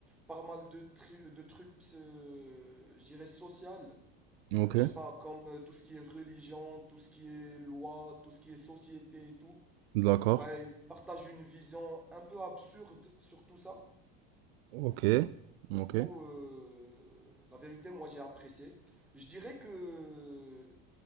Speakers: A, in the centre; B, on the right.
A: pas mal de, tru- de trucs, euh, je dirais, social.
B: Ok.
A: Je sais pas, comme euh, tout ce qui est religion, tout ce qui est loi, tout ce qui est société et tout.
B: D'accord.
A: Bah, il partage une vision un peu absurde sur tout ça.
B: Ok.
A: Du
B: Ok.
A: coup, euh, la vérité, moi, j'ai apprécié. Je dirais que euh,